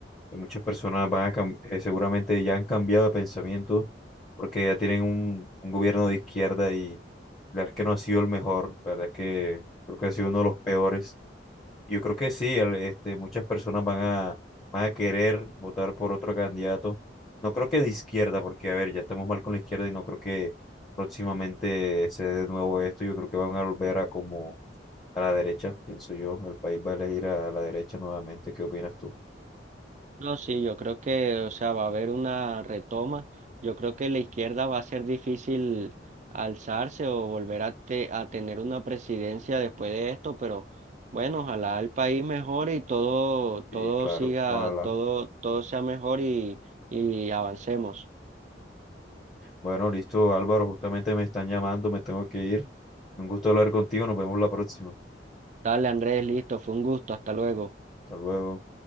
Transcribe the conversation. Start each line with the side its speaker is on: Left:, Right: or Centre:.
Left: que muchas personas van a cam- eh, seguramente ya han cambiado de pensamiento porque ya tienen un, un gobierno de izquierda y la verdad es que no ha sido el mejor, la verdad es que creo que ha sido uno de los peores. Yo creo que sí, el- este, muchas personas van a, van a querer votar por otro candidato. No creo que de izquierda, porque a ver, ya estamos mal con la izquierda y no creo que próximamente se dé de nuevo esto. Yo creo que van a volver a como a la derecha, pienso yo. El país va a elegir a la derecha nuevamente. ¿Qué opinas tú?
Right: No, sí, yo creo que, o sea, va a haber una retoma. Yo creo que la izquierda va a ser difícil alzarse o volver a, te- a tener una presidencia después de esto, pero bueno, ojalá el país mejore y todo, todo
Left: Sí, claro,
Right: siga,
Left: ojalá.
Right: todo, todo sea mejor y, y avancemos.
Left: Bueno, listo, Álvaro, justamente me están llamando, me tengo que ir. Un gusto hablar contigo, nos vemos la próxima.
Right: Dale, Andrés, listo, fue un gusto, hasta luego.
Left: Hasta luego.